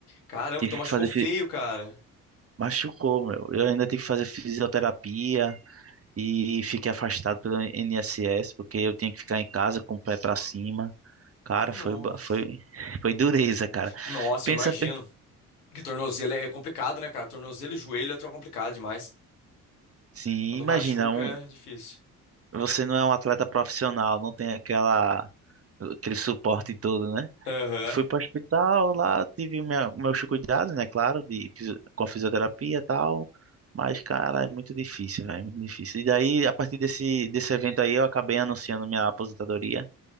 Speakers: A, on the left (about 80°); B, on the right (about 30°).
A: Caramba,
B: Tive
A: então machucou
B: que fazer.
A: feio,
B: fi-
A: cara.
B: Machucou, meu. Eu ainda tive que fazer fisioterapia e fiquei afastado pelo INSS, porque eu tinha que ficar em casa com o pé pra cima. Cara,
A: Nossa.
B: foi, ba- foi, <laughs> foi dureza, cara.
A: Nossa,
B: Pensa,
A: eu imagino.
B: pe-
A: Porque tornozelo é é complicado, né, cara? Tornozelo e joelho é tão complicado demais.
B: sim,
A: Quando
B: imagina,
A: machuca,
B: um,
A: é difícil.
B: você não é um atleta profissional, não tem aquela, aquele suporte todo, né?
A: Aham.
B: Fui para o hospital, lá tive minha, meus cuidados, né? Claro, de, fisio- com a fisioterapia e tal. Mas, cara, é muito difícil, velho. É muito difícil. E daí, a partir desse, desse evento aí, eu acabei anunciando minha aposentadoria.